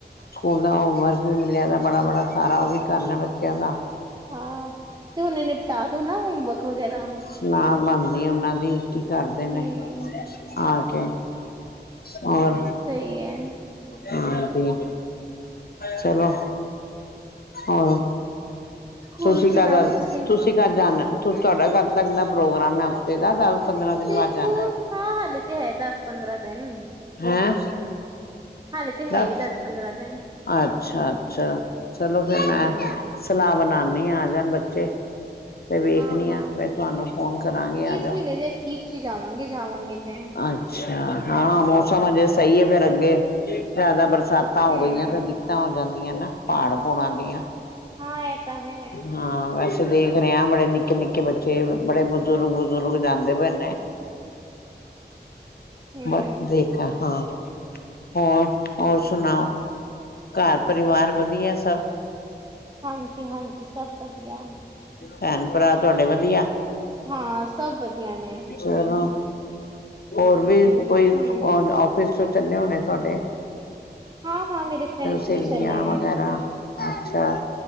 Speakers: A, on the left; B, on the right.
A: ਸਕੂਲ ਦਾ ਹੋਮਵਰਕ ਵੀ ਮਿਲਿਆ ਬੜਾ- ਬੜਾ ਸਾਰਾ ਉਹ ਵੀ ਕਰਨਾ ਬੱਚਿਆਂ ਦਾ-
B: ਹਾਂ ਤੇ ਹੁਨੇ ਨਿਪਟਾ ਦੋ ਨਾ ਹੋਮਵਰਕ ਵਗੈਰਾ-
A: <unintelligible> ਉਹਨਾ ਦੀ ਕੀ ਕਰਦੇ ਨੇ
B: ਹੂੰ।
A: ਆ ਕੇ- ਹੋਰ-
B: ਸਈ ਐ!
A: ਹਾਂਜੀ ਚਲੋ ਹੋਰ-
B: ਹੋਰ
A: ਤੁਸੀ
B: ਸੁਣਾਓ
A: ਕਦ
B: ਤੁਸੀਂ?
A: ਤੁਸੀ ਕਦ ਜਾਣਾ ਤੁਹਾਡਾ ਕਦ ਤੱਕ ਦਾ ਪ੍ਰੋਗਰਾਮ ਹੈ! ਹਫ਼ਤੇ ਦਾ ਦੱਸ- ਪੰਦਰਾਂ
B: ਦੇਖੋ
A: ਦਿਨ ਬਾਦ ਜਾਣਾ
B: ਹਾਂ ਹਾਲੇ ਤੇ ਹੈ ਦਸ ਪੰਦਰਾਂ ਦਿਨ
A: ਹੈਂ
B: ਹਾਲੇ ਤੇ ਹੈਗੇ
A: ਦਸ
B: ਪੰਦਰਾਂ ਦਿਨ
A: ਅੱਛਾ ਅੱਛਾ ਚਲੋ ਫੇਰ ਮੈਂ
B: ਹੂੰ।
A: ਸਲਾਹ ਬਣਾਉਨੀ ਆ ਆ ਜਾਣ ਬੱਚੇ ਫੇਰ ਵੇਖਣੀ
B: ਹਾਂ, ਹਾਂ।
A: ਆ ਫੇਰ ਤੁਹਾਨੂੰ ਫੋਨ ਕਰਾਂਗੇ ਆ
B: ਇਸ
A: ਜਾਓ
B: ਮਹੀਨੇ ਦੇ ਅਖੀਰ ਚ ਜਾਵਾਂਗੇ, ਜਾਵਾਂਗੇ ਤੇ।
A: ਅੱਛ ਅੱਛਾ ਹਾਂ ਮੌਸਮ ਅਜੇ ਸਹੀ ਹੈ ਫੇਰ ਅੱਗੇ ਜਿਆਦਾ ਬਰਸਾਤਾਂ ਹੋ
B: ਹੂੰ,
A: ਗਈਆਂ ਤੇ ਤਾਂ ਹੋ ਜਾਦੀਆਂ ਨਾ ਪਹਾੜ ਪੂੜਾਂ ਦੀਆਂ
B: ਹਾਂ ਇਹ ਤਾਂ ਹੈ।
A: ਹਾਂ ਵੈਸੇ ਵੇਖ ਰਹੇ ਆ ਬੜੇ ਨਿੱਕੇ- ਨਿੱਕੇ ਬੱਚੇ ਬੜੇ ਬਜ਼ੁਰਗ- ਬਜ਼ੁਰਗ ਜਾਦੇ ਪਏ ਨੇ
B: ਹੂੰ,
A: ਬਸ ਦੇਖਾ ਹਾਂ! ਹੋਰ -ਹੋਰ ਸੁਣਾਓ! ਘਰ ਪਰਿਵਾਰ ਵਧੀਆ ਸਭ
B: ਹਾਂਜੀ- ਹਾਂਜੀ ਸਭ ਵਧੀਆ
A: ਭੈਣ ਭਰਾ ਤੁਹਾਡੇ ਵਧੀਆ
B: ਹਾਂ ਸਭ ਵਧੀਆ ਨੇ
A: ਚਲ ਹੋਰ ਵੀ ਕੋਈ
B: ਹੂੰ,
A: ਆਫਿਸ ਚੋਂ ਚੱਲੇ ਹੋਣੇ ਤੁਹਾਡੇ
B: ਹਾਂ- ਹਾਂ ਮੇਰੇ ਫਰੈਂਡਸ
A: ਸਹੇਲੀਆਂ
B: ਵੀ ਚੱਲੇ ਨੇ।
A: ਵਗੈਰਾ ਅੱਛਾ